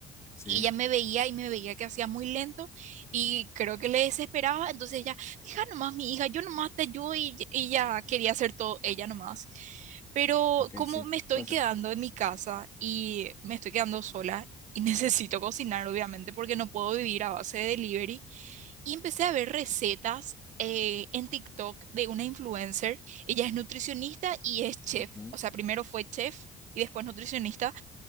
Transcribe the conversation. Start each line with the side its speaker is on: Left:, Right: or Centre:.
Left: Sí.
Right: Y ella me veía y me veía que hacía muy lento y creo que le desesperaba. Entonces ella, deja nomás mi hija, yo nomás te ayudo y y ella quería hacer todo ella nomás. Pero
Left: Ok,
Right: como
Left: sí.
Right: me estoy
Left: Puede
Right: quedando
Left: ser.
Right: en mi casa y me estoy quedando sola y <laughs> necesito cocinar, obviamente, porque no puedo vivir a base de delivery, y empecé a ver recetas eh, en TikTok de una influencer. Ella es nutricionista y es chef.
Left: Ujú.
Right: O sea, primero fue chef y después nutricionista.